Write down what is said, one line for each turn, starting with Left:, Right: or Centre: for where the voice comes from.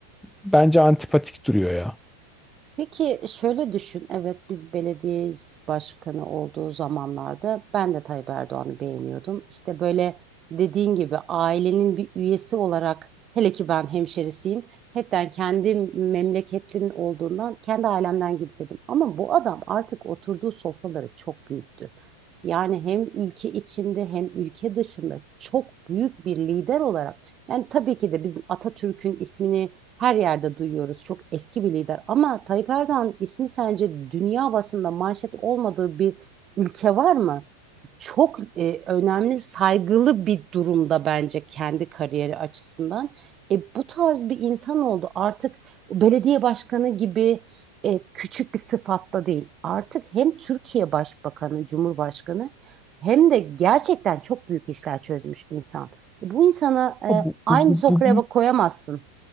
Centre: bence antipatik duruyor ya.
Right: Peki şöyle düşün, evet biz belediye başkanı olduğu zamanlarda ben de Tayyip Erdoğan'ı beğeniyordum. İşte böyle dediğin gibi ailenin bir üyesi olarak hele ki ben hemşerisiyim. Hepten kendi memleketlimin olduğundan kendi ailemden gibiydim. Ama bu adam artık oturduğu sofraları çok büyüttü. Yani hem ülke içinde hem ülke dışında çok büyük bir lider olarak yani tabii ki de bizim Atatürk'ün ismini her yerde duyuyoruz. Çok eski bir lider ama Tayyip Erdoğan ismi sence dünya basında manşet olmadığı bir ülke var mı? Çok e, önemli, saygılı bir durumda bence kendi kariyeri açısından. E, bu tarz bir insan oldu. Artık belediye başkanı gibi e, küçük bir sıfatla değil. Artık hem Türkiye Başbakanı, Cumhurbaşkanı hem de gerçekten çok büyük işler çözmüş insan. Bu insana e,
Centre: Bu, bu,
Right: aynı
Centre: bu,
Right: sofraya
Centre: bu
Right: bak- koyamazsın.